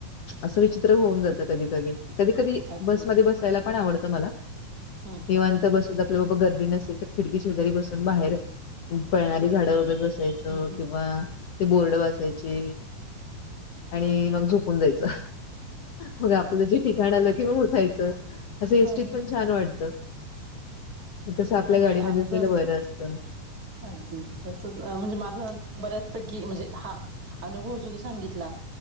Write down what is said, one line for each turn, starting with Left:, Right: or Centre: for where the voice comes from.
Left: अस विचित्र होऊन जात कधी कधी. कधी कधी
Right: अगदी
Left: बसमध्ये बसायला पण आवडत मला
Right: हा हा
Left: निवांत बसून की बाबा गर्दी नसेल तर खिडकी शेजारी बसून बाहेर पळणारी झाड बघत बसायच.
Right: हा हा
Left: ते बोर्ड वाचायचे आणि मग झोपून जायच. मग आपल जे ठीकाण आल कि मग उठायच. तस एसटीत
Right: हा हा
Left: पण छान वाटत कस आपल्या
Right: नाही
Left: गाडीमध्ये
Right: आमचं
Left: असल तर बर असत.
Right: अगदी तसच म्हणजे माझा बऱ्याचपैकी म्हणजे हा अनुभव जो तू सांगितला